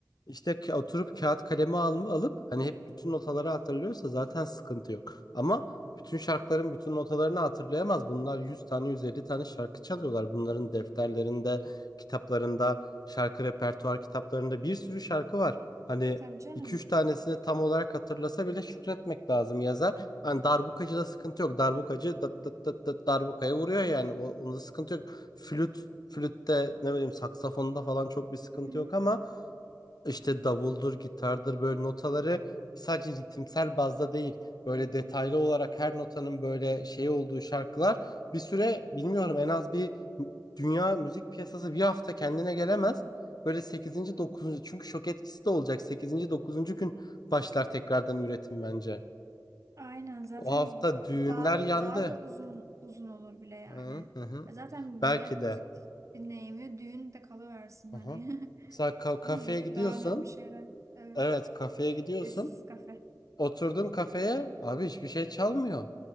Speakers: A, on the left (about 60°); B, on the right (about 45°).
A: İşte ka- oturup kağıt kalemi alma, alıp hani hep bütün notaları hatırlıyorsa zaten sıkıntı yok. Ama bütün şarkıların bütün notalarını hatırlayamaz. Bunlar Yüz tane 150 tane şarkı çalıyorlar. Bunların defterlerinde, kitaplarında, şarkı repertuar kitaplarında bir sürü şarkı var. Hani
B: Tabii canım.
A: iki üç tanesini tam olarak hatırlasa bile şükretmek lazım yazar. Hani darbukacıda sıkıntı yok. Darbukacı dıt dıt dıt dıt darbukaya vuruyor yani. O, onda sıkıntı yok. Flüt, flütte ne bileyim saksafonda falan çok bir
B: <laughs>
A: sıkıntı yok ama işte davuldur, gitardır böyle notaları sadece ritimsel bazda değil böyle detaylı olarak her notanın böyle şey olduğu şarkılar bir süre bilmiyorum en az bir dünya müzik piyasası bir hafta kendine gelemez. Böyle sekizinci dokuzuncu çünkü şok etkisi de olacak. sekizinci dokuzuncu gün başlar tekrardan üretim bence.
B: Aynen zaten
A: O hafta düğünler
B: daha
A: yandı.
B: daha da uzun uzun olur bile yani.
A: Hı hı. hı.
B: E Zaten millet
A: Belki
B: müzik
A: de.
B: dinleyemiyor. Düğün de kalıversin
A: Hı
B: hani.
A: hı.
B: <laughs>
A: Sen ka- kafeye
B: Değil mi?
A: gidiyorsun.
B: Daha önemli şeyler. Evet.
A: Evet, kafeye gidiyorsun.
B: Sessiz kafe.
A: Oturdun kafeye abi hiçbir şey çalmıyor.